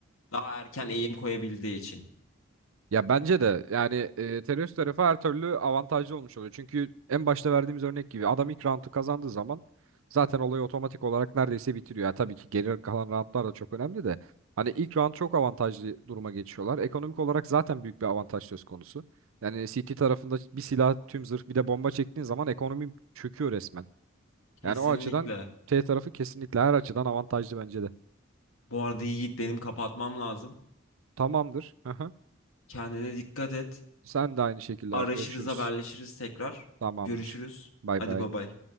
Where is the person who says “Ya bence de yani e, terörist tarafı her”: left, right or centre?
Right